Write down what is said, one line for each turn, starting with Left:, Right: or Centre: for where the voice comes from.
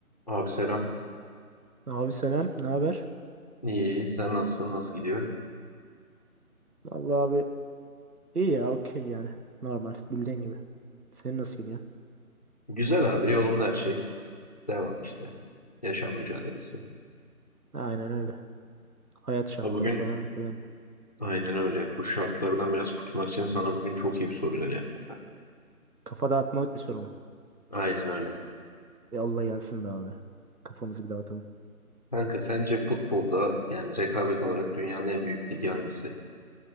Left: Abi selam.
Right: Abi selam, ne haber?
Left: İyi, iyi. Sen nasılsın? Nasıl gidiyor?
Right: Vallahi abi iyi ya, okey yani. Normal, bildiğin gibi. Senin nasıl gidiyor?
Left: Güzel abi. Yolunda her şey. Devam işte. Yaşam mücadelesi.
Right: Aynen öyle. Hayat şartları
Left: Ha bugün
Right: falan filan.
Left: aynen öyle. Bu şartlardan biraz kurtulmak için sana bugün çok iyi bir soruyla geldim.
Right: Kafa dağıtmalık bir soru mu?
Left: Aynen öyle.
Right: Yallah gelsin be abi. Kafamızı bir dağıtalım.
Left: Kanka sence futbolda yani rekabet olarak dünyanın en büyük ligi hangisi?